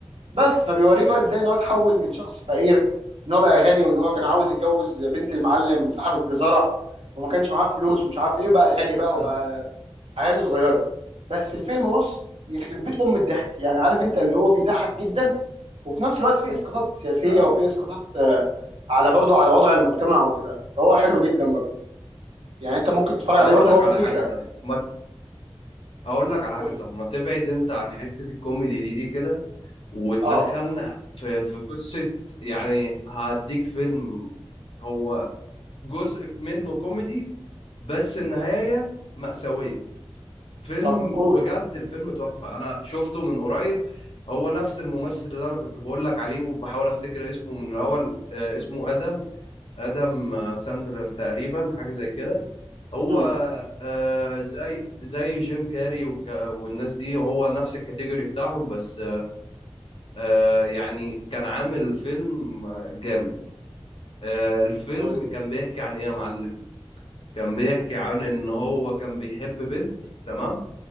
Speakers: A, on the right; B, on the left.
A: بس فبيوريك بقى ازاي ان هو اتحول من شخص فقير ان هو بقى غني وان هو كان عاوز يتجوز بنت المعلم صاحب الجزاره وما كانش معاه فلوس ومش عارف ايه وبقى غني بقى
B: <laughs>
A: وبقى حياته اتغيرت بس الفيلم بص يخرب بيت ام الضحك يعني عارف انت اللي هو بيضحك جدا وفي نفس الوقت في اسقاطات سياسيه
B: اه
A: وفي اسقاطات آه، على برضه على وضع المجتمع
B: لا
A: وكده فهو حلو جدا برضه يعني انت ممكن تتفرج
B: اقول
A: عليه برضه
B: لك
A: هو في
B: على
A: فكره
B: حاجه طيب ما ت- اقول لك على
A: قول
B: حاجه
A: لي.
B: طب ما تبعد انت عن حته الكوميدي دي دي كده وتدخلنا
A: اه
B: في في قصه يعني هديك فيلم هو جزء منه كوميدي بس النهاية مأساوية فيلم
A: طب قول
B: بجد الفيلم تحفة أنا شفته من قريب هو نفس الممثل اللي أنا كنت بقول لك عليه وبحاول أفتكر اسمه من الأول آه، اسمه آدم آدم آه، ساندلر تقريبا حاجة زي كده هو
A: امم
B: آه، زي زي جيم كاري والك- والناس دي هو نفس الكاتيجوري بتاعهم بس آه، يعني كان عامل فيلم آه، جامد آه، الفيلم
A: طيب
B: كان بيحكي عن إيه يا معلم كان بيحكي عن ان هو كان بيحب بنت تمام